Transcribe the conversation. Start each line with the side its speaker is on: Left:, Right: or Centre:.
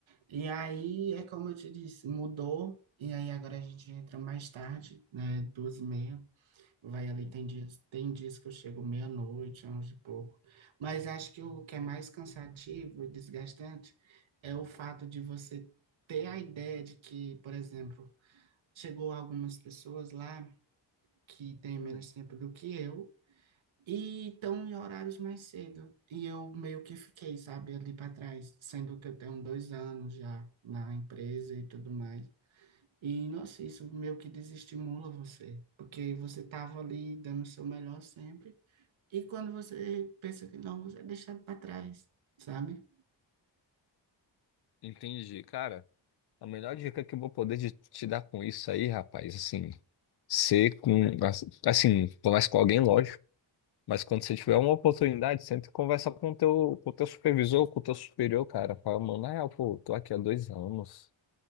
Right: E aí é como eu te disse, mudou, e aí agora a gente entra mais tarde, né, doze e meia Vai ali,
Left: hum,
Right: tem dias, tem dias que eu chego meia-noite, onze e pouco. Mas acho que o que é mais cansativo e desgastante é o fato de você ter a ideia de que, por exemplo, chegou algumas pessoas lá que têm
Left: hum.
Right: menos tempo do que eu e estão em horários mais cedo. E eu meio que fiquei, sabe, ali para trás, sendo que eu tenho dois anos já na empresa e tudo mais. E, nossa, isso meio que desestimula você, porque você estava ali dando o seu melhor sempre e quando você pensa que não, você é deixado para trás, sabe?
Left: Entendi, cara. A melhor dica que eu vou poder de- te dar com isso aí, rapaz, assim, ser com, assim, conversa com alguém, lógico, mas quando você tiver uma oportunidade, sempre conversa com o teu, com o teu supervisor, com o teu superior, cara. Fala, mano, na real, pô, tô aqui há dois anos.